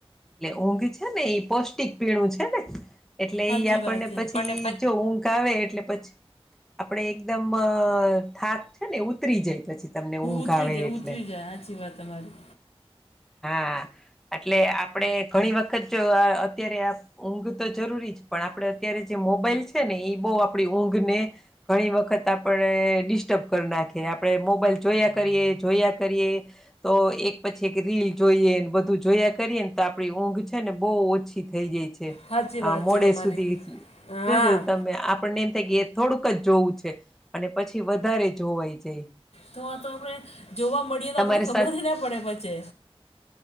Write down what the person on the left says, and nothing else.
હાચી
વાત છે
અને
ઉતરી
જાય,
ઉતરી જાય હાચી વાત તમારી.
સાચી વાત
છે તમારી
હા.
તો આ તો આપણે જોવા મળીએ
તો આપણે ખબર
હી ના પડે પછે.